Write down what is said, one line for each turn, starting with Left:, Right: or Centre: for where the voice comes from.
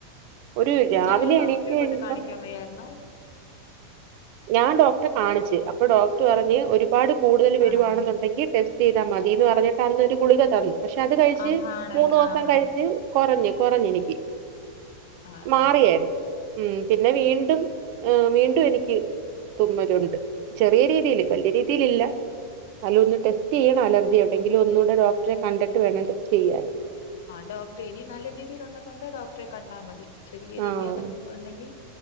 Right: ഒരു രാവിലെ
Left: നല്ലൊരു
Right: എണീറ്റ്
Left: ഡോക്ടറെ
Right: കഴിയുമ്പം
Left: കൊണ്ട് കാണിക്കാൻ വയ്യായിരുന്നോ
Right: ഞാൻ ഡോക്ടറെ കാണിച്ച് അപ്പൊ ഡോക്ടർ പറഞ്ഞ് ഒരുപാട് കൂടുതൽ വരുവാണെന്നുണ്ടെങ്കിൽ
Left: ആണല്ലേ
Right: ടെസ്റ്റ് ചെയ്താൽ മതിന്ന് പറഞ്ഞിട്ട് അന്നൊരു ഗുളിക തന്നു പക്ഷെ അത് കഴിച്ച്
Left: ആഹ് ആണല്ലേ
Right: മൂന്ന് ദിവസം
Left: ആഹ്
Right: കഴിച്ച്
Left: ആഹ്
Right: ടെ കൊറഞ്ഞ് കൊറഞ്ഞ് എനിക്ക്
Left: ആഹ് അതെല്ലേ
Right: മാറിയായിരന്ന്. ഉം പിന്നെ വീണ്ടും അ വീണ്ടും എനിക്ക് തുമ്മല് ഉണ്ട് ചെറിയ രീതിൽ വലിയ രീതിൽ ഇല്ല. അല്ല ഒന്ന് ടെസ്റ്റ് ചെയ്യണം അലർജി ഉണ്ടെങ്കിൽ ഒന്നൂടെ ഡോക്ടറെ കണ്ടിട്ട് വേണം ടെസ്റ്റ് ചെയ്യാന്
Left: ആ ഡോക്ടറെ ഇനി നല്ല രീതിയിൽ ഉണ്ടെന്നുണ്ടേ ഡോക്ടറെ കണ്ടാമതി ചെറിയ രീതിയന്നെ
Right: ആഹ്
Left: ഉണ്ടെങ്കി